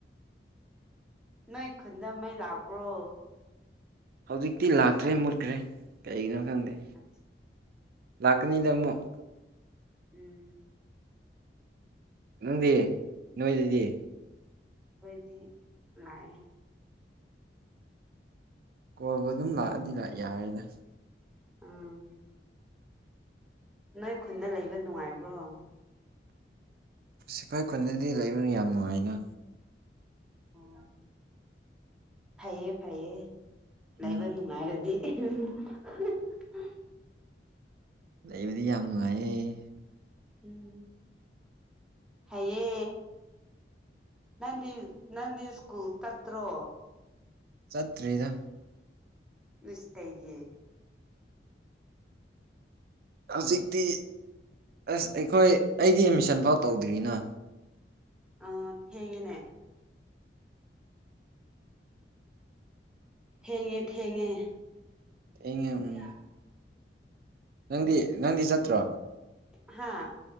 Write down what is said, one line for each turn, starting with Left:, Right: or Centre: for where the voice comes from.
Centre: ꯅꯣꯏ ꯈꯨꯨꯟꯗ ꯃꯩ ꯂꯥꯛꯄ꯭ꯔꯣ
Right: ꯍꯧꯖꯤꯛꯇꯤ ꯂꯥꯛꯇ꯭ꯔꯦ ꯃꯨꯠꯈ꯭ꯔꯦ ꯀꯩꯒꯤꯅꯣ ꯈꯪꯗꯦ
Centre: ꯎꯝ
Right: ꯂꯥꯛꯀꯅꯤꯗ ꯑꯃꯨꯛ
Centre: ꯎꯝ
Right: ꯅꯪꯗꯤ ꯅꯣꯏꯗꯗꯤ
Centre: ꯑꯈꯣꯏꯗꯤ ꯂꯥꯛꯑꯦ
Right: ꯀꯣꯜꯕꯨ ꯑꯗꯨꯝ ꯂꯥꯛꯑꯗꯤ ꯂꯥꯛ ꯌꯥꯔꯦꯗ
Centre: ꯎꯝ ꯅꯣꯏ ꯈꯨꯟꯅ ꯂꯩꯕ ꯅꯨꯡꯉꯥꯏꯕ꯭ꯔꯣ
Right: ꯑꯈꯣꯏ ꯈꯨꯟꯗꯗꯤ ꯂꯩꯕꯅ ꯌꯥꯝ ꯅꯨꯡꯉꯥꯏꯅ
Centre: ꯎꯝ ꯐꯩꯌꯦ ꯐꯩꯌꯦ ꯂꯩꯕ
Right: ꯎꯝ
Centre: ꯅꯨꯡꯉꯥꯏꯔꯗꯤ <unintelligible>
Right: ꯂꯩꯕꯗꯤ ꯌꯥꯝ ꯅꯨꯡꯉꯥꯏꯌꯦ
Centre: ꯎꯝ ꯐꯩꯌꯦ ꯅꯪꯗꯤ ꯅꯪꯗꯤ ꯁ꯭ꯀꯨꯜ ꯀꯠꯇ꯭ꯔꯣ
Right: ꯆꯠꯇ꯭ꯔꯤꯗ
Centre: ꯏꯁ ꯀꯩꯒꯤ
Right: ꯍꯧꯖꯤꯛꯇꯤ ꯑꯁ ꯑꯈꯣꯏ ꯑꯩꯗꯤ ꯑꯦꯠꯃꯤꯁꯟ ꯐꯥꯎ ꯇꯧꯗ꯭ꯔꯤꯅ
Centre: ꯑꯣ ꯊꯦꯡꯉꯤꯅꯦ ꯊꯦꯡꯉꯦ ꯊꯦꯡꯉꯦ
Right: ꯑꯩꯅ ꯎꯝ
Centre: ꯌꯥ
Right: ꯅꯪꯗꯤ ꯅꯪꯗꯤ ꯆꯠꯇ꯭ꯔꯣ
Centre: ꯍꯥꯥ